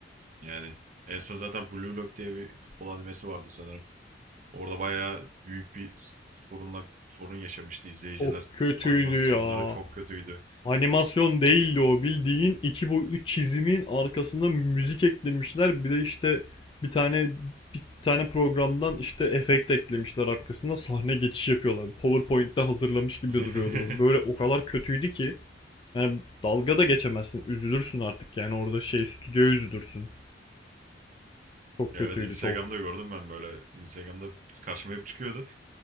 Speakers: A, on the right (about 45°); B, on the left (about 30°).
A: Yani en son zaten Blue Lock diye bir futbol animesi vardı sanırım. Orada bayağı büyük bir sorunla sorun yaşamıştı izleyiciler.
B: O kötüydü
A: Animasyonları
B: ya.
A: çok kötüydü.
B: Animasyon değildi o. Bildiğin iki boyutlu çizimin arkasında müzik eklemişler. Bir de işte bir tane bir tane programdan işte efekt eklemişler arkasında Sahne geçiş yapıyorlar. PowerPoint'te hazırlamış gibi
A: <laughs>
B: duruyordu. Böyle o kadar kötüydü ki. Yani dalga da geçemezsin. Üzülürsün artık yani orada şey stüdyo üzülürsün. Çok
A: Ya
B: kötüydü
A: Evet Instagram'da
B: çok.
A: gördüm ben böyle. Instagram'da karşıma hep çıkıyordu.